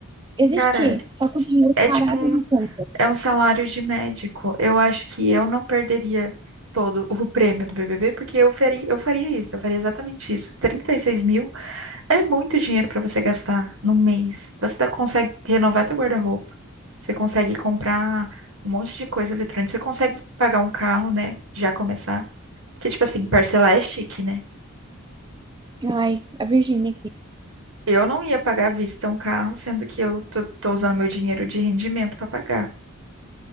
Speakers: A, on the right; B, on the right.
A: existir,
B: Cara,
A: só com o dinheiro
B: é
A: parado
B: tipo um
A: na conta.
B: É um salário de médico. Eu acho que eu não perderia todo o prêmio do BBB, porque eu faria, eu faria isso, eu faria exatamente isso. 36 mil é muito dinheiro para você gastar num mês. Você tá- consegue renovar teu guarda-roupa, você consegue comprar um monte de coisa eletrônica, você consegue pagar um carro, né? Já começar. Porque, tipo assim, parcelar é chique, né?
A: Ai, a Virgínia aqui.
B: Eu não ia pagar à vista um carro, sendo que eu tô, tô usando meu dinheiro de rendimento para pagar.